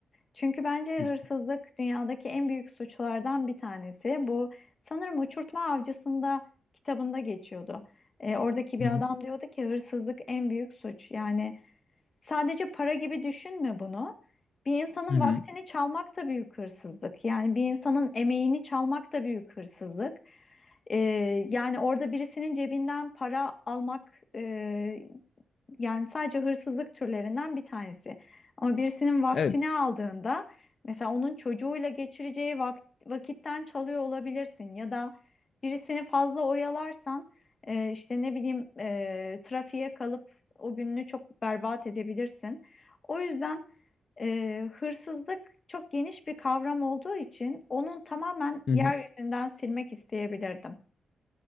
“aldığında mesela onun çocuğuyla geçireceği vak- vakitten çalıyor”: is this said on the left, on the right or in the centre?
Left